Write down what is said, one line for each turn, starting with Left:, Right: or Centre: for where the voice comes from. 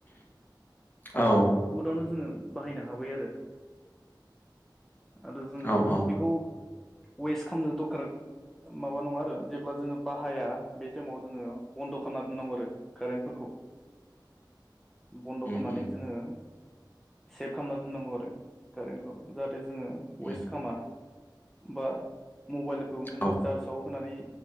Left: औ
Centre: बहुतआ जोङो बाहायनो हाबाय आरो आरो जों
Left: औ औ
Centre: बेखौ वेस्ट खालामनो दरखार माबा नङा आरो जेब्ला जोङो बाहाया बे टाइमाव जोङो बन्द' खालामना दोननांगौ आरो कारेन्टफोरखौ बन्द'
Left: उम
Centre: खालामनानै
Left: उम
Centre: सेब खालाम दोनांगौ आरो कारेन्टखौ जा टे जोङो
Left: उम
Centre: वेस्ट खालामा बा मबाइलखौ जोङो
Left: औ
Centre: चार्जाव होनानै